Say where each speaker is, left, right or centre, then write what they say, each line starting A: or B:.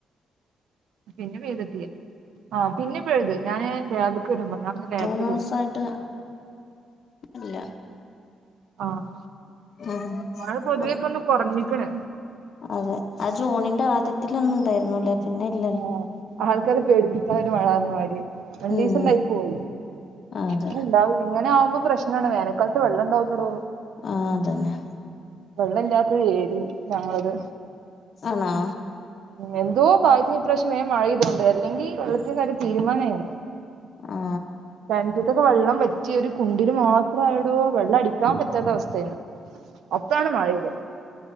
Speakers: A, on the right; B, on the left.
A: പിന്നെ വീടെത്തിയെ ആ പിന്നെ പെയ്ത് ഞാന് ലാബ്ക്ക് വരുമ്പോ ഞാനിന്ന് ലാബില്
B: മൂന്നു
A: പോവും
B: ദിവസായിട്ട് ഇല്ല
A: ആഹ്
B: ഉം
A: മഴ പൊതുവെ
B: <unintelligible>
A: ഇപ്പൊന്ന് കൊറഞ്ഞിക്ക്ണ്
B: അതെ അടുത് ജൂണിന്റെ ആദ്യത്തിലൊന്നും ഉണ്ടായിരുന്നുല്ലേ പിന്നെ ഇല്ലല്ലോ
A: ആഹ് ആൾക്കാരെ പേടിപ്പിച്ച് അങ്ങനൊരു മഴ വന്ന മാതിരി, രണ്ടീസം
B: ഉം
A: പെയ്ത് പോയി,
B: അതെ
A: ഇനി ഇണ്ടാവില്ല ഇങ്ങനാവൂ ഇപ്പ പ്രശ്നമാണ് വേനക്കാലത്ത് വെള്ളണ്ടാവൂലെടോ
B: ആ അതന്നെ
A: വെള്ളല്ലാത്ത ഒരു ഏരിയേം ഞങ്ങളത്
B: ആണോ
A: എന്തോ ഭാഗ്യത്തിന് ഇപ്രാശ്യം വേം മഴ പെയ്തൊണ്ട് അല്ലെങ്കി വെള്ളത്തിൻ്റെ കാര്യം തീരുമാനമായിന്
B: ആ
A: തനിച്ചത്തൊക്കെ വെള്ളം വറ്റ് പറ്റിയ ഒരു കുണ്ടില് മാത്രം ആയിടോ വെള്ളം അടിക്കാൻ പറ്റാത്ത അവസ്ഥയായിണ് അപ്പാണ് മഴ പെയ്തേ